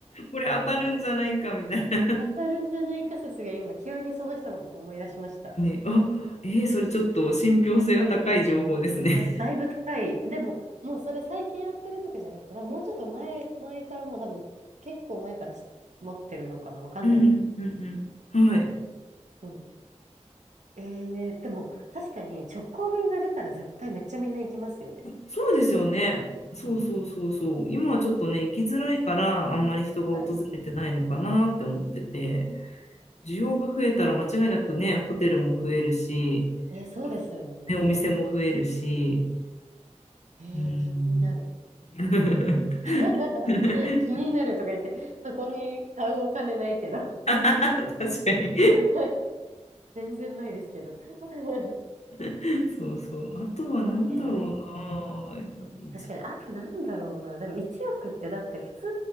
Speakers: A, on the left (about 65°); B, on the right (about 80°).
A: これ当たるんじゃないかみたいな
B: 当たるんじゃないか説が今、急にその人のこと思い出しました。
A: <laughs> ね。あ、えー、それちょっと信憑性が高い情報ですね。
B: え、だいぶ高い。でも、もうそれ最近やってるとかじゃなくて、多分もうちょっと前、前からもう多分、結構前からし持ってるのかな、わかんないんです。
A: うんうんうんうん。はい。
B: そうえー、でも確かに直行便が出たら絶対めっちゃみんな行きますよね。
A: そうですよね。そうそうそうそう。
B: うん。
A: 今はちょっとね、行きづらいから、あんまり人が訪れてないのかなって思ってて、
B: 確かに。
A: 需要が増えたら間違いなくね、ホテルも増えるし、
B: えー、そうですよね。
A: あのね、お店も増えるし、
B: えー、
A: うん。
B: 気になる。
A: <laughs>
B: <laughs> 気になるとか言って、そこに買うお金ないけど。
A: 確かに
B: <laughs> 全然ないですけど。<laughs>
A: <laughs> そうそう。あとは何だろうな。
B: えー、
A: 一
B: 確かに、あとなんだろうな。でも1億ってだって普通